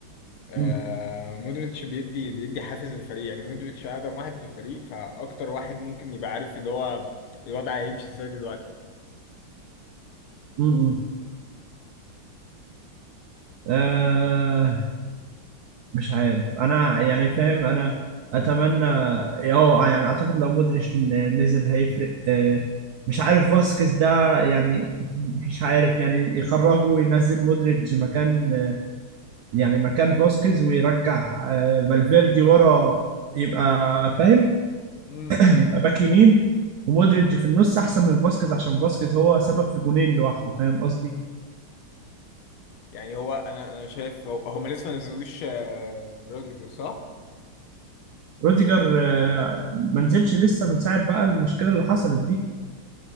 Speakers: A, on the left; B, on the right.
A: آه
B: م-
A: مودريتش بيدي بيدي حافز للفريق يعني مودريتش اقدم واحد في الفريق فاكتر واحد ممكن يبقى عارف ان هو الوضع هيمشي ازاي دلوقتي
B: م- م. آه، مش عارف انا يعني فاهم انا اتمنى اه يعني اعتقد لو مودريتش ن- نزل هيفرق آه، مش عارف فاسكيز ده يعني <laughs> مش عارف يعني يخرجه وينزل مودريتش مكان يعني مكان فاسكيز ويرجع آه، فالفيردي ورا يبقى فاهم
A: امم
B: <clears throat> يبقى باك يمين ومودريتش في النص احسن من فاسكيز عشان فاسكيز هو سبب في جونين لوحده فاهم قصدي
A: يعني هو انا انا شايف هو- هما لسه ما نزلوش آه، رودريجو صح؟
B: روديجر آه، ما نزلش لسه من ساعه بقى المشكله اللي حصلت دي